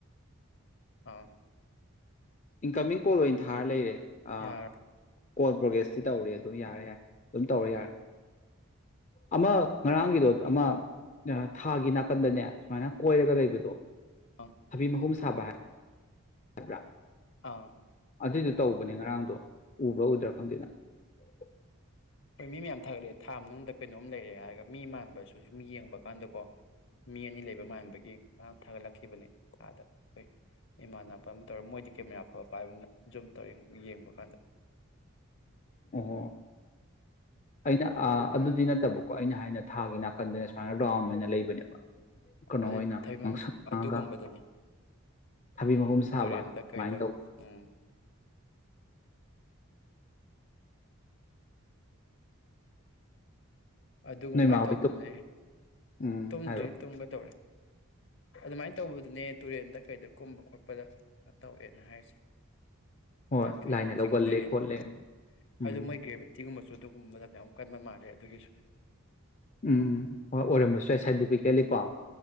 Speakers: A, on the left; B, on the left.
A: ꯑ
B: ꯏꯟꯀꯃꯤꯡ ꯀꯣꯜ ꯑꯣꯏꯟ ꯊꯥꯔ ꯂꯩꯔꯦ ꯑꯥ
A: ꯌꯥꯔꯦ
B: ꯀꯣꯜ ꯄ꯭ꯔꯣꯒꯦꯁꯇꯤ ꯇꯧꯔꯦ ꯑꯗꯨ ꯌꯥꯔꯦ ꯌꯥꯔꯦ ꯑꯗꯨꯝ ꯇꯧꯔꯦ ꯌꯥꯔꯦ ꯑꯃ ꯉꯔꯥꯡꯒꯤꯗꯣ ꯗ ꯑꯃ ꯅ ꯊꯥꯒꯤ ꯅꯥꯀꯟꯗꯅꯦ ꯁꯨꯃꯥꯏꯅ ꯀꯣꯏꯔꯒ ꯂꯩꯕꯗꯣ
A: ꯑꯪ
B: ꯊꯕꯤ ꯃꯍꯨꯝ ꯁꯥꯕ ꯎꯕ꯭ꯔꯥ
A: ꯑꯥꯎ
B: ꯑꯗꯨꯏꯗꯣ ꯇꯧꯕꯅꯦ ꯉꯔꯥꯡꯗꯣ ꯎꯕ꯭ꯔꯥ ꯎꯗ꯭ꯔꯥ ꯈꯪꯗꯦꯅ ꯉꯔꯥꯡ ꯅꯪ
A: ꯍꯣꯏ ꯃꯤ ꯃꯌꯥꯝ ꯊꯥꯒꯠꯂꯛꯑꯦ ꯊꯥ ꯃꯅꯨꯡꯗ ꯀꯩꯅꯣꯝ ꯂꯩꯔꯦ ꯍꯥꯏꯔꯒ ꯃꯤ ꯃꯥꯟꯕꯁꯨ ꯁꯨꯝ ꯌꯦꯡꯕ ꯀꯥꯟꯗꯀꯣ ꯃꯤ ꯑꯅꯤ ꯂꯩ ꯕ ꯃꯥꯟꯕꯒꯤꯥꯡ ꯊꯥꯒꯠꯂꯛꯈꯤꯕꯅꯦ ꯑꯥꯗ ꯑꯩꯈꯣꯏ ꯏꯃꯥꯟꯅꯕ ꯑꯃ ꯇꯧꯔ ꯃꯣꯏꯗꯤ ꯀꯦꯃꯦꯔꯥ ꯐꯕ ꯄꯥꯏꯕꯅ ꯖꯨꯝ ꯇꯧ ꯌꯦꯡꯕ ꯀꯥꯟꯗ
B: ꯑ ꯑꯩꯅ ꯑꯗꯨꯗꯤ ꯅꯠꯇꯕꯀꯣ ꯑꯩꯅ ꯍꯥꯏꯅ ꯊꯥꯒꯤ ꯅꯥꯀꯟꯗꯅ ꯁꯨꯃꯥꯏꯅ ꯔꯥꯎꯟ ꯑꯣꯏꯅ ꯂꯩꯕꯅꯦꯕ ꯀꯩꯅꯣ
A: ꯑꯗꯨ
B: ꯑꯣꯏꯅ
A: ꯊꯩꯐꯝ
B: ꯉꯥꯡꯁꯛꯉꯥꯡꯉꯒ
A: ꯑꯗꯨꯒꯨꯝꯕꯗꯨꯅꯤ
B: ꯊꯕꯤ
A: ꯎꯝ
B: ꯃꯍꯨꯝ ꯁꯥꯕ
A: ꯇꯨꯔꯦꯟꯗ ꯀꯩꯗ
B: ꯁꯨꯃꯥꯏꯅ ꯇꯧꯕ
A: ꯎꯝ ꯑꯗꯨꯒꯃꯥꯏꯅ
B: ꯅꯣꯏ ꯃꯥ ꯍꯣꯏꯗꯣ
A: ꯇꯧꯕꯗꯨꯅꯦ
B: ꯎꯝ
A: ꯇꯨꯝꯗ꯭ꯔꯤ
B: ꯍꯥꯏꯔꯛꯑꯣ
A: ꯇꯨꯝꯒꯗꯧꯔꯦ ꯑꯗꯨꯃꯥꯏꯅ ꯇꯧꯕꯗꯨꯅꯦ ꯇꯨꯔꯦꯟꯗ ꯀꯩꯗ ꯀꯨꯝꯕ ꯈꯣꯠꯄꯗ ꯇꯧꯋꯦꯅ ꯍꯥꯏꯔꯤꯁꯦ
B: ꯍꯣꯏ
A: ꯑꯍꯟꯈꯩꯅ
B: ꯂꯥꯏꯅ ꯂꯧꯒꯜꯂꯦ
A: ꯆꯤꯡꯗꯩꯅ
B: ꯈꯣꯠꯂꯦ ꯎꯝ
A: ꯑꯗꯨꯣ ꯃꯣꯏ ꯒ꯭ꯔꯦꯚꯇꯤꯒꯨꯝꯕ ꯁꯨ ꯑꯗꯨꯒꯨꯝꯕ ꯃꯇꯝꯗ ꯌꯥꯝ ꯀꯟꯕ ꯃꯥꯜꯂꯦ ꯑꯗꯨꯒꯤꯁꯨ
B: ꯎꯝꯝ ꯍꯣꯏ ꯑꯣꯏꯔꯝꯕꯁꯨ ꯌꯥꯏ ꯁꯥꯏꯟꯇꯤꯐꯤꯀꯦꯜꯂꯤ ꯀꯣ